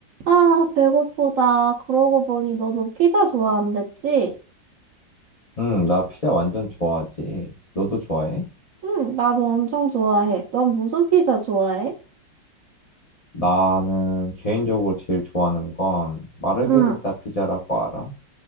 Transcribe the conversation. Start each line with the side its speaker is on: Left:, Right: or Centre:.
Right: 아, 배고프다. 그러고 보니 너도 피자 좋아한댔지?
Left: 응, 나 피자 완전 좋아하지. 너도 좋아해?
Right: 응, 나도 엄청 좋아해. 넌 무슨 피자 좋아해?
Left: 나는 개인적으로 제일 좋아하는 건 마르게리타
Right: 응.
Left: 피자라고 알아?